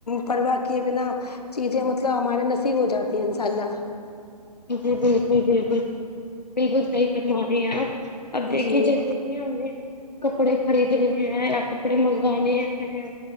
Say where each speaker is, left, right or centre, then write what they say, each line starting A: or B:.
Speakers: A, on the left; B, on the left.
A: پرواہ کیے بنا چیزیں مطلب ہمارے نصیب ہو جاتی ہیں انشاء اللہ
B: جی بالکل بالکل بالکل صحیح فرما رہے ہیں آپ اب دیکھیے
A: جی
B: جیسے کہ ہم نے کپڑے خریدنے ہیں یا کپڑے منگوانے ہیں